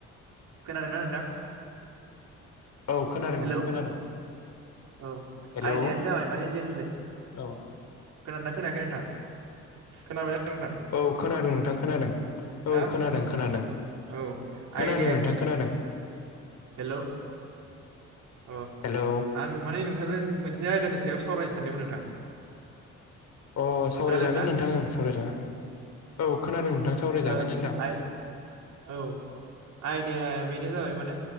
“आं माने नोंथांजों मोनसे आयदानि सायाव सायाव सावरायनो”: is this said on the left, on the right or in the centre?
Right